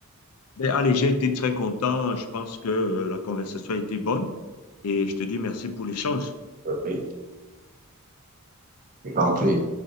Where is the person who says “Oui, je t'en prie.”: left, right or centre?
Right